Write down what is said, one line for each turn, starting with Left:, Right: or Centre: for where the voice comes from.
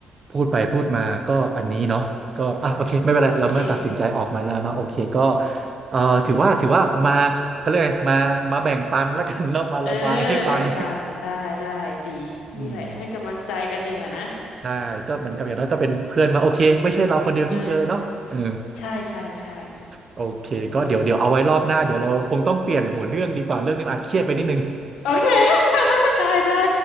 Right: พูดไปพูดมาก็อันนี้เนาะก็อ่ะโอเคไม่เป็นไรเราเมื่อตัดสินใจออกมาแล้วเนาะโอเคก็
Left: เออโอเค
Right: เอ่อถือว่าถือว่ามาเขาเรียกไงมามาแบ่งปันแล้วกันเนาะมาระบายให้ฟัง
Left: เออแบ่งปันได้ได้ดีนี่แหละให้กำลังใจกันนี่แหละนะ
Right: อืมใช่ก็เหมือนกับอย่างน้อยก็เป็นเพื่อนมาโอเคไม่ใช่เราคนเดียวที่เจอเนาะเออ
Left: เออใช่ใช่ใช่
Right: โอเคก็เดี๋ยวเดี๋ยวเอาไว้รอบหน้าเดี๋ยวเราคงต้องเปลี่ยนหัวเรื่องดีกว่าเรื่องนี้มันอาจเครียดไปนิดนึง
Left: ดีจ้า โอเค <laughs> ได้ได้